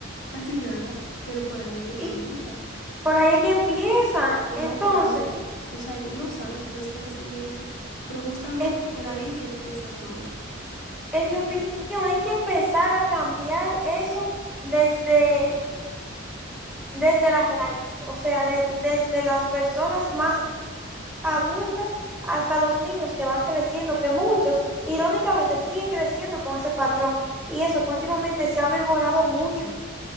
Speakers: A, on the left; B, in the centre.
A: casi nada, pero por ahí es que comienza.
B: Y por ahí es que empiezan.
A: Pero
B: Entonces,
A: no saben, o sea, no saben por desconocimiento, pero justamente
B: en,
A: por ahí es que empieza todo.
B: en mi opinión, hay que empezar a cambiar eso desde desde la raíz, o sea, de- desde las personas más adultas hasta los niños que van creciendo, que muchos, irónicamente, siguen creciendo con ese patrón. Y eso que últimamente se ha mejorado mucho.